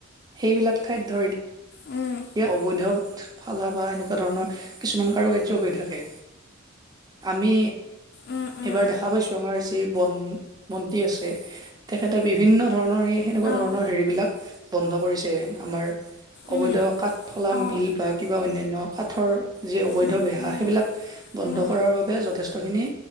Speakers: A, on the right; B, on the left.
A: সেইবিলাক ঠাইত ধৰ
B: উম।
A: এতিয়া অবৈধ ফালা বা এনেকুৱা ধৰণৰ কিছুমান কাৰুকাৰ্য হৈ থাকে। আমি
B: উম উম
A: এইবাৰ দেখা পাইছো আমাৰ যে যি বন মন্ত্ৰী আছে তেখেতে বিভিন্ন ধৰণৰ এই সেনেকুৱা
B: অঁ
A: ধৰণৰ হেৰি বিলাক বন্ধ কৰিছে আমাৰ
B: উম
A: অবৈধ কাঠফলা
B: অঁ
A: মিল বা কিবা অন্যান্য কাঠৰ যি অবৈধ
B: উম
A: বেহা
B: উম
A: সেইবিলাক বন্ধ
B: উম
A: কৰাৰ বাবে যথেষ্টখিনি